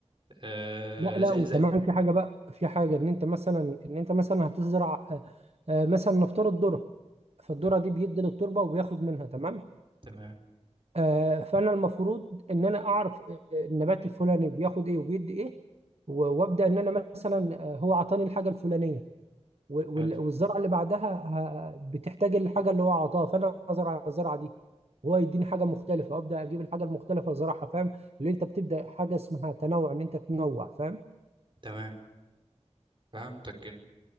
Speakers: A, on the right; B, on the right.
A: آه،
B: لا لا
A: زي
B: وكمان
A: زي
B: في حاجه بقى في حاجه ان انت مثلا ان انت مثلا هتزرع آه، آه، مثلا نفترض ذره فالذره
A: تمام
B: دي بيدي للتربه وبياخد منها تمام
A: تمام.
B: آه، فانا المفروض ان انا اعرف آه، النبات الفلاني بياخد ايه وبيدي ايه و- وابدا ان انا مثلا آه، هو عطاني الحاجه الفلانيه و-
A: حلو
B: وال- والزرعه اللي بعدها ه- بتحتاج الحاجه اللي هو عطاها فانا ازرع الزرعه دي وهو يديني حاجه مختلفه ابدا اجيب الحاجه المختلفه ازرعها فاهم اللي انت بتبدا حاجه اسمها تنوع ان انت تنوع فاهم
A: تمام فهمتك كده